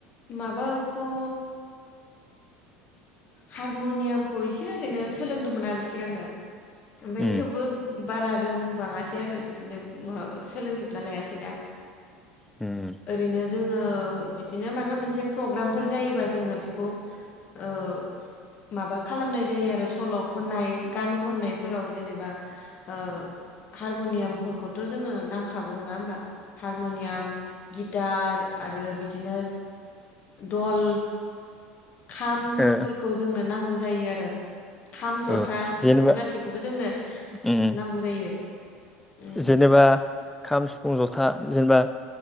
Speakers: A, on the left (about 45°); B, in the centre.
A: माबाखौ हारम'नियामखौ एसे ओरैनो सोलोंदोंमोन आरो सिगाङो ओमफ्राय
B: उम
A: थेवबो बारा रोंबाङासै आरो बिदिनो म सोलोंजोबना लायासैना।
B: उम।
A: ओरैनो जोङो बिदिनो माबा मोनसे प्रग्रामफोर जायोबा जोङो बेखौ ओ। माबा खालामनाय जायो आरो सल' खननाय गान खननायफोराव जेनेबा। ओ हारम'नियामफोरखौथ' जोङो नांखागौ नङा होमबा। हारमनियाम गिटार आरो बिदिनो दल खामफोरखौ
B: ओ
A: जोंनो नांगौ जायो आरो। खाम जथा
B: ओ
A: सिफुं
B: जेनेबा
A: गासैखौबो जोंनो
B: उम
A: नांगौ जायो। उम
B: जेनेबा खाम सिफुं जथा जेनेबा